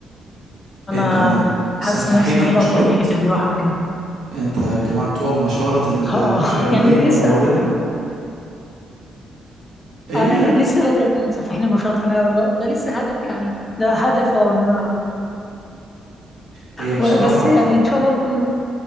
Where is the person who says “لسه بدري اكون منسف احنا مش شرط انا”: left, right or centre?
Left